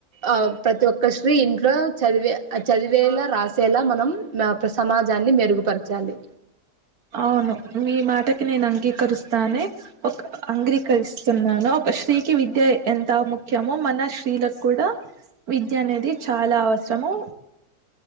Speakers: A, on the right; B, on the right.
A: ఆ ప్రతి ఒక్క స్త్రీ ఇంట్లో చదివే చదివేలా రాస్ చేలా మనం మ్యాప సమాజాన్ని మెరుగు పంచాలి
B: అవును మీ మాటకి నేను అంగీకరిస్తానే ఒక అంగ్రీకరిస్తున్నాను ఒక స్త్రీకి విద్య ఎంత ముఖ్యమో మన స్త్రీల కూడా విద్య అనేది చాలా అవసరము